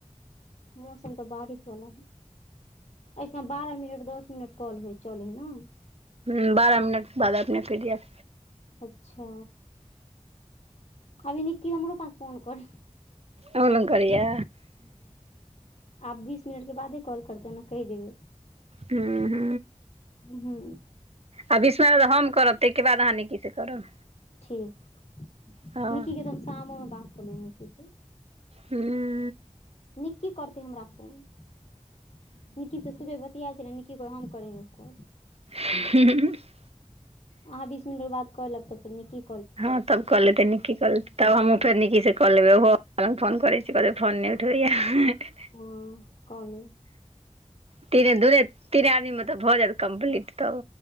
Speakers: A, on the left (about 60°); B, on the right (about 55°).
A: मौसम तऽ बारिश वाला ह <unintelligible> बारह मिनट दस मिनट कॉल होइ चल हइ ने
B: ह बारह मिनट बाद अपने कटि जायत
A: अच्छा अभी निक्की हमरो पास फोन करैये
B: अहूॅं लङ करैये?
A: आप बीस मिनट के बादे कॉल करतेै ने कहि देबय
B: हू हू
A: हू
B: आब बीस मिनट बाद हम करब ताहिके बाद अहाँ निक्की सऽ करब
A: ठीक
B: हँ
A: निक्की के तऽ हम शामोमे बात कऽ लेलहु निक्की सऽ
B: हूँ
A: निक्की करतै हमरा फोन निक्की तऽ सुबह ब <unintelligible> निक्की को हम करेंगे कॉल
B: ह <unintelligible>
A: अहाँ बीस मिनट के बाद कऽ लेब तऽ फेर निकी
B: हँ तब कऽ लेतै निक्की कऽ लेतै तब हमहँ
A: तक
B: फेर निक्की से कऽ लेबै ओहो फोन करै छै कहतै फोन नहि उठबैएया <unintelligible>
A: हँ कऽ लेब
B: तीने दूए तीने आदमी मे तऽ भऽ जायत कम्प्लीट तब